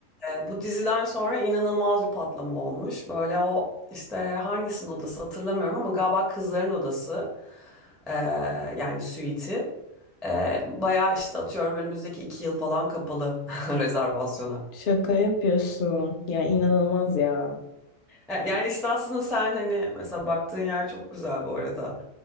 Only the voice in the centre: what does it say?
Ee, bu diziden sonra inanılmaz bir patlama olmuş. Böyle o işte hangisinin odası hatırlamıyorum ama galiba kızların odası ee, yani suite'i. Ee, bayağı işte atıyorum önümüzdeki iki yıl falan kapalı <laughs> rezervasyona.
Yani yani işte aslında sen hani mesela baktığın yer çok güzel bu arada.